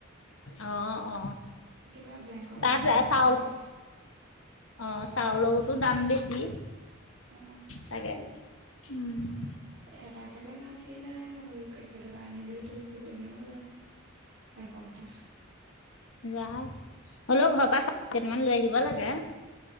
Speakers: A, on the left; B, on the right.
A: অ অ।
B: কিবা বেংকৰ
A: তাত
B: কাম এটাত
A: চাউল
B: যাবলে।
A: অ চাউলৰতো দাম বেছি
B: উম
A: চাগে। উম।
B: এটা খালে ইমান হেৰি নাই পেকেট এটা আনিলৈ তো কি বদিনো যায় এসপ্তাহ
A: যাই হ'লেও ঘৰৰ পৰা চা কেইটামান লৈ আহিব লাগে।